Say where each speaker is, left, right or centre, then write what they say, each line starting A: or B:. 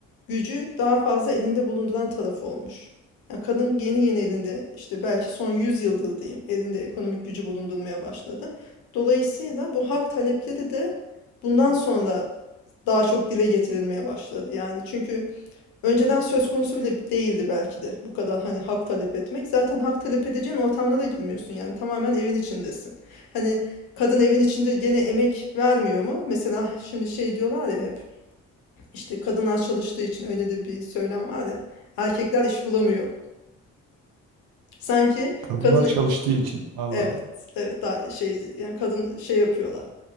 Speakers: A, on the left (about 65°); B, on the right (about 70°).
A: gücü daha fazla elinde bulunduran tarafı olmuş. Ya kadın yeni yeni elinde işte belki son 100 yıldır diyeyim elinde ekonomik gücü bulundurmaya başladı. Dolayısıyla bu hak talepleri de bundan sonra daha çok dile getirilmeye başladı. Yani çünkü Önceden söz konusu bile değildi belki de bu kadar hani hak talep etmek. Zaten hak talep edeceğin ortamda da girmiyorsun yani tamamen evin içindesin. Hani kadın evin içinde gene emek vermiyor mu? Mesela şimdi şey diyorlar ya hep işte kadınlar çalıştığı için öyle de bir söylem var ya erkekler iş bulamıyor. Sanki
B: Kadınlar
A: kadın
B: çalıştığı için. Allah
A: evet
B: Allah.
A: evet daha şey yani kadın şey yapıyorlar